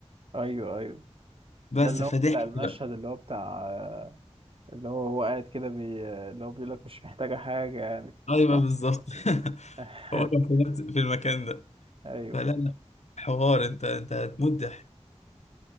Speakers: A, on the right (about 50°); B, on the left (about 75°).
A: ايوه ايوه
B: <laughs> بس
A: ده اللي
B: فضحك
A: هو بتاع المشهد
B: بقى
A: اللي هو بتاع اللي هو هو قاعد كده بي... اللي هو بيقول لك مش محتاجة حاجة يعني
B: ايوه
A: صح
B: بالظبط <laughs>
A: <laughs>
B: هو كان في نفس- في المكان ده
A: ايوه
B: فلا لا حوار انت انت هتموت ضحك